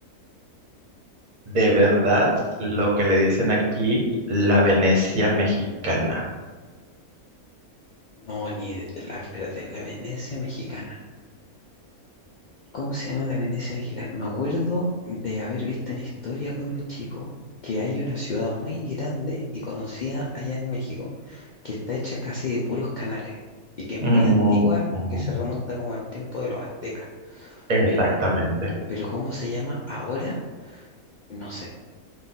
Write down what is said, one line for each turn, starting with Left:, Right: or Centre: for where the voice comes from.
Right: de verdad lo que le dicen aquí la Venecia mexicana?
Left: No, ni de- la, espérate, la Venecia mexicana. ¿Cómo se llama la Venecia mexicana? Me acuerdo de haber visto en historia cuando chico que hay una ciudad muy grande y conocida allá en México que está hecha casi de puros canales y que es muy
Right: Mm,
Left: antigua,
Right: mm,
Left: que se remonta como al tiempo de los aztecas.
Right: exactamente.
Left: Pero, pero ¿cómo se llama ahora? No sé.